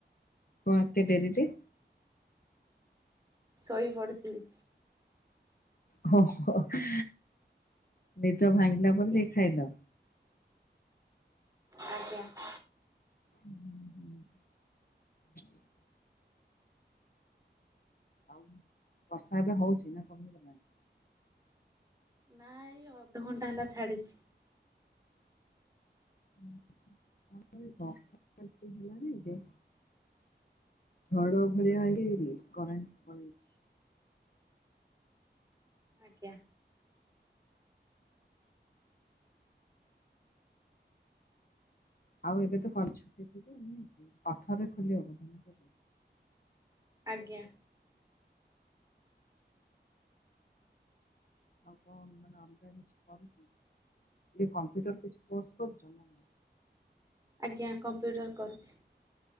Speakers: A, on the left; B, on the right.
A: କଁ ଏତେ ଡେରିରେ?
B: ଶୋଇ ପଡିଥିଲି।
A: ହୋହୋ ହେ ନିଦ ଭାଙ୍ଗିଲା
B: ଆଜ୍ଞା
A: ପରେ ଦେଇ ଖାଇଲ?
B: ଆଜ୍ଞା।
A: ହୁଁ ହୁଁ। ଆଉ ବର୍ଷା ଏବେ ହଉଚି ନା କମିଗଲାଣି?
B: ନା ଇ ଅଧଘଣ୍ଟା ହେଲା ଛାଡ଼ିଛି।
A: ହୁଁ ଆମ ଏ ବର୍ଷା ଭଲ୍ ସେ ହେଲା ନି ଯେ ଝଡ ଭଳିଆ ହେଇଗିରି କରେଣ୍ଟ ପଳେଇଛି
B: ଆଜ୍ଞା।
A: ଆଉ ଏବେ ତ କଲେ ଛୁଟି ଥିବ ଆଉ ନାଁଇକି ଅଠରରେ ଖୋଲିବ ବଧେ ନା କେବେ?
B: ଆଜ୍ଞା।
A: ଆଉ କଁ ମାନେ ଅଲ୍‌ଗା କିଛି କରୁଚ କି? ଇଏ କମ୍ପ୍ୟୁଟର କିଛି କୋର୍ସ କରୁଚ ନା ନାଇଁ?
B: ଆଜ୍ଞା କମ୍ପ୍ୟୁଟର କରୁଛି।